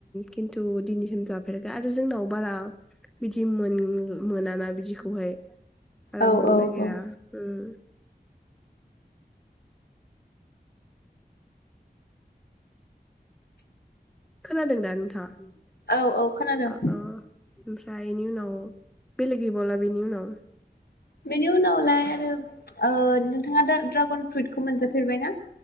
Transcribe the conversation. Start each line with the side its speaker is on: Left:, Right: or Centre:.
Centre: खिन्थु दिनैसिम जाफेराखै आरो जोंनाव बारा बिदि मोन मोनाना बिदिखौहाय। आराम
Left: औ
Centre: मोनाय
Left: औ औ
Centre: <unintelligible> उम खोनादों दा नोंथाङा?
Left: औ औ खोनादों।
Centre: अ अ ओमफ्राय इनि उनाव बेलेग गैबावला बिनि उनाव
Left: बेनि उनावलाय आरो ओ नोंथाङा दा-ड्रागन फ्रुइटखौ मोनजाफेरबायना?